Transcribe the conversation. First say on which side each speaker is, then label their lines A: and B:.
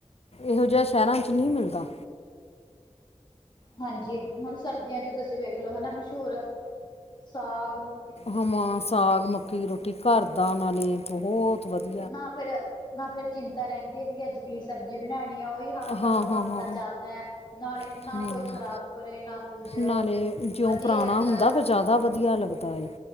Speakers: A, on the left (about 55°); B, on the left (about 40°).
A: ਇਹੋ ਜਿਹਾ ਸ਼ਹਿਰਾਂ 'ਚ ਨਹੀਂ ਮਿਲਦਾ।
B: ਹਾਂਜੀ ਹੁਣ ਸਰਦੀਆਂ ਚ ਤੁਸੀਂ ਵੇਖ ਲੋ ਹਨਾ, ਮਸ਼ਹੂਰ ਸਾਗ ਮ
A: ਹਮਾਂ ਸਾਗ, ਮੱਕੀ ਦੀ ਰੋਟੀ ਘਰ ਦਾ ਨਾਲੇ ਬਹੁਤ ਵਧੀਆ।
B: ਨਾ ਫੇਰ ਨਾ ਫੇਰ ਚਿੰਤਾ ਰਹਿੰਦੀ ਹੈ ਵੀ ਅੱਜ ਕੀ ਸਬਜ਼ੀ ਬਣਾਉਣੀ ਆ ਉਹੀ ਹਫ਼ਤਾ
A: ਹਾਂ
B: ਦੋ
A: ਹਾਂ
B: ਹਫ਼ਤਾ
A: ਹਾਂ
B: ਚੱਲਦਾ ਹੈ, ਨਾਲੇ ਨਾ
A: ਹਮ,
B: ਕੋਈ ਖ਼ਰਾਬ। ਕਰੇ ਨਾ ਕੁਝ
A: ਨਾਲੇ ਜਿਉਂ
B: ਵਧੀਆ
A: ਪੁਰਾਣਾ
B: ਸਾਰਾ।
A: ਹੁੰਦਾ ਫਿਰ ਜ਼ਿਆਦਾ ਵਧੀਆ ਲੱਗਦਾ ਏ